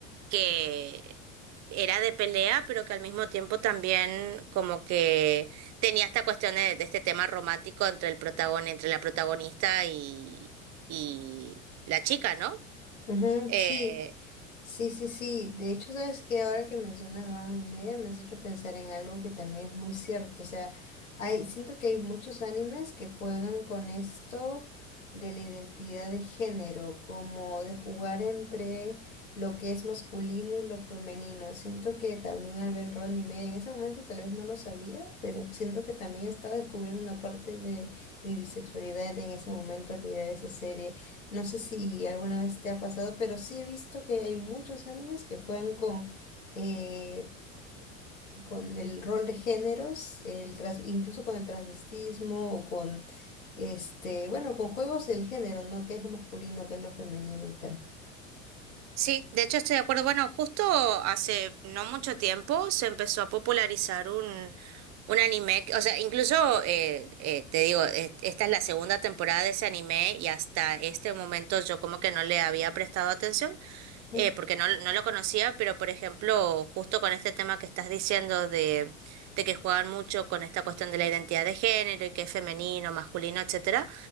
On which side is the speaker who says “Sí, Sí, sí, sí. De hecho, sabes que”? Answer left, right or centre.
Left